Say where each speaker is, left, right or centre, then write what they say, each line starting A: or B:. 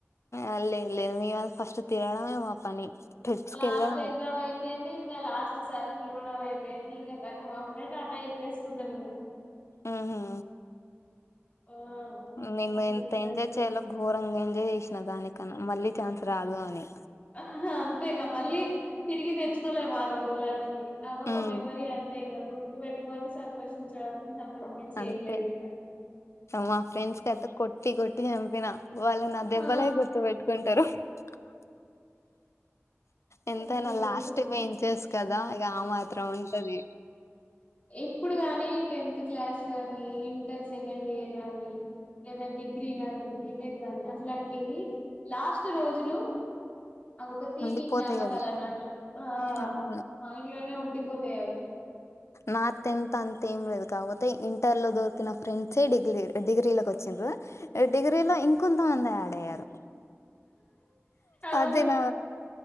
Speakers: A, on the left; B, on the left.
A: అ లేద్ లేద్ మీ వాల్ ఫస్ట్ తిరడమే మా పని ట్రిప్స్
B: లాస్ట్
A: కి వెళ్ళడమే
B: ఎక్సమ్ అయి వెన్ని ఇంగ లాస్ట్ సారి జూడడం ఐపోయింది ఇంగ కతం మప్పుడే టాటా జెపెసుకున్నం ఇంగ
A: ఆహా
B: ఆ
A: మేము
B: అట్లుంటది
A: ఎంత ఎంజాయ్ చేయలో ఘోరంగ ఐ ఎంజాయ్ చేసినా దానికన్నా మళ్ళీ ఛాన్స్ రాదు అని
B: ఆహా అంతేగా మళ్ళీ తిరిగి తెచ్చుకోలేము ఆ రోజు ఇగ అన్నింటిని అవి ఒక
A: ఉమ్
B: మెమరీ అంతే ఇంగ గుర్తు పెట్టుకొని సంతోషించడంమే మించేంలేదు
A: అంతే
B: ఇంగ
A: మా ఫ్రెండ్స్ కయితే కొట్టి కొట్టి చంపిన వాళ్ళు నా దెబ్బలే
B: ఆ
A: గుర్తు పెట్టుకుంటరు ఆ ఎంతైనా
B: ఏంటో
A: లాస్ట్ బెంచర్స్ కదా ఇగ ఆ మాత్రం ఉంటది
B: ఎప్పుడు గాని టెన్త్ త్ క్లాస్ గానీ ఇంటర్ సెకండ్ ఇయర్ గాని లేదా డిగ్రీ గానీ బీటెక్ గాని లాంటివి లాస్ట్ రోజులు అవి ఒక తీపి
A: ఉండిపోతాయి
B: జ్ఞాపకాలు
A: అవి
B: అన్నట్టు ఆ
A: అవును
B: మా మైండ్ లోనే ఉండిపోతాయి అవి
A: నా తెంత్ అంత ఏం లేదు కాకపోతే ఇంటర్ లో దొరికిన ఫ్రెండ్సే డిగ్లీల్ డిగ్రీలకి వచ్చింన్రు ఎ డిగ్రీ లో ఇంకొంతమంది యాడ్ అయ్యారు
B: అవును
A: అదే నా